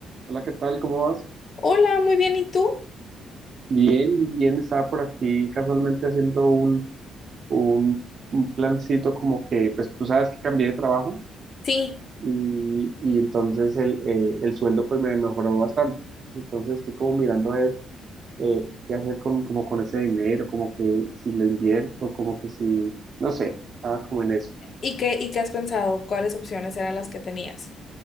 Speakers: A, on the right; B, on the left.
A: Hola, ¿qué tal? ¿Cómo vas?
B: Hola, muy bien, ¿y tú?
A: Bien, bien, estaba por aquí casualmente haciendo un, un, un plancito como que, pues tú sabes que cambié de trabajo
B: Sí,
A: y, y entonces el, eh, el sueldo pues me mejoró bastante. Entonces estoy como mirando a ver eh, qué hacer con, como con ese dinero, como que si lo invierto, como que si, no sé, estaba como en eso.
B: ¿y qué, y qué has pensado? ¿Cuáles opciones eran las que tenías?